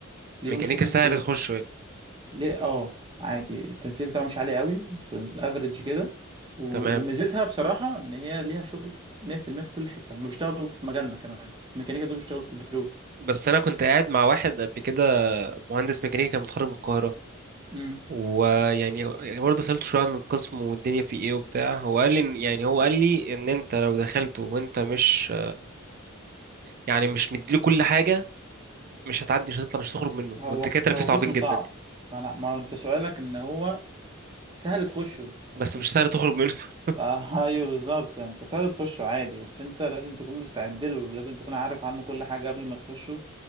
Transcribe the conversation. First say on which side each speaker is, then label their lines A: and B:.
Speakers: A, on the right (about 25°); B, on the right (about 45°).
A: ليهم
B: ميكانيكا
A: شغل
B: سهل
A: في كل
B: تخشه يعني
A: ليه اه عادي التنسيق بتاعه مش عالي قوي في الافريج كده و...
B: تمام
A: وميزتها بصراحة ان هي ليها شغل 100% في المية في كل حتة هم بيشتغلوا في مجالنا كمان الميكانيكا دول بيشتغلوا في البترول
B: بس أنا كنت قاعد مع واحد قبل كده مهندس ميكانيكا متخرج من القاهرة
A: امم
B: ويعني يعني برضه سألته شوية عن القسم والدنيا فيه ايه وبتاع هو قال لي إن- يعني هو قال لي ان انت لو دخلته وانت مش يعني مش مديله كل حاجة مش هتعدي مش هتطلع مش هتخرج منه
A: هو
B: والدكاترة
A: هو
B: فيه صعبين
A: قسم
B: جدا
A: صعب ما انا ما انت سؤالك ان هو سهل تخشه بس
B: بس
A: مش
B: مش سهل تخرج منه <laughs>
A: آه، ايوه بالظبط انت سهل تخشه عادي بس انت لازم تكون مستعد له ولازم تكون عارف عنه كل حاجه قبل ما تخشه